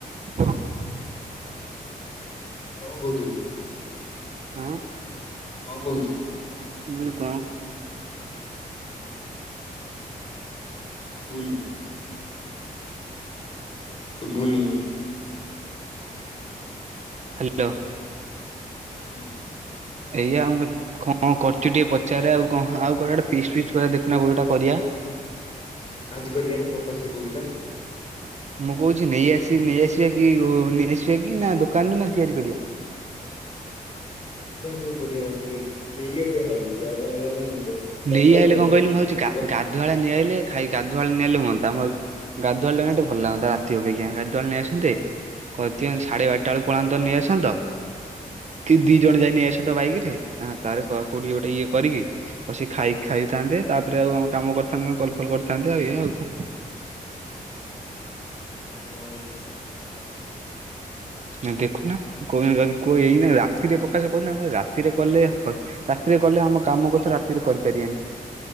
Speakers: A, on the right (about 50°); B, on the left (about 40°).
A: ଅ ହଉ।
B: କଣ କହୁଥୁଲୁ?
A: ଉଁ ମୁଁ
B: କଣ କହୁଛୁ
A: କହିଲି କଣ
B: <unintelligible> ଶୁବୁନି।
A: ହାଲୋ।
B: ହୁଁ।
A: ଏଇଆ ମୁଁ କହିଲି କଣ କଣ କରୁଚୁ ଟିକେ ପଚାରେ ଆଉ କଣ। ଆଉ କୁଆଡ଼େ ଗୋଟେ ଫିଷ୍ଟ୍ ଫିଷ୍ଟ୍ କରିବା ଦେଖୁନ କୋଉଟା ଗୋଟେ କରିବା।
B: ଆଜି କରିବା ପାଇଁ <unintelligible> କହୁଥିଲା।
A: ମୁଁ କହୁଚି ନେଇ ଆସି ନେଇଆସିବା କି ନେଇ ଆସିବା କି ନା ଦୋକାନରୁୁ ନା ତିଆରି କରିବା?
B: ଦେଖିବା କଣ କରିବା ରାତିକ। ନେଇ ଆସିବା ଭାବୁଚି ଆଉ କଣ। <unintelligible>
A: ନେଇ
B: କଲେ
A: ଆଇଲେ କଣ କହିଲି ମୁଁ ଭାବୁଛି
B: ସବୁ
A: ଗାଧୁଆ ବେଳେ ନେଇ ଆଇଲେ ଖାଇ ଗାଧୁଆ ବେଳେ ନେଇ ଆଇଲେ ହୁଅନ୍ତା। ମୁଁ ଭାବୁ ଗାଧୁଆ ବେଳେ ଆଣିଲେ ଟିକେ ଭଲ ଲାଗନ୍ତା ରାତି ଅପେକ୍ଷା। ଗାଧୁଆ ବେଳେ ନେଇ ଆସନ୍ତେ କରି ଦିଅନ୍ତ ସାଢ଼େ ବାରଟା ବେଳୁ ପଳାନ୍ତ ନେଇ ଆସନ୍ତ। ଦି ଦି ଜଣ ଯାଇ ନେଇ ଆସନ୍ତ ବାଇକ୍ ରେ ତାପରେ କୋଉଠି ଗୋଟେ ଇଏ କରିକି ବସିକି ଖାଇ ଖାଇଥାନ୍ତେ। ତାପରେ ଆଉ ଆମ କାମ କରିଥାନ୍ତେ କଣ କଲ୍ ଫଲ୍ କରିଥାନ୍ତେ ଆଉ। ଏଇଆ ଆଉ କଣ।
B: ହଁ ଦେଖିଆ ନେଇ ଆସିବା ଆଉ।
A: ନାଇଁ ଦେଖୁନା କୋଉଦିନ ଯଦି କୋଉ ଏଇନେ ରାତିରେ ପ୍ରକାଶ କହୁଥିଲା, ମୁଁ କହିଲି ରାତିରେ କଲେ ରାତିରେ କଲେ ଆମ କାମ କଥା ରାତିରେ କରିପାରିବାନି।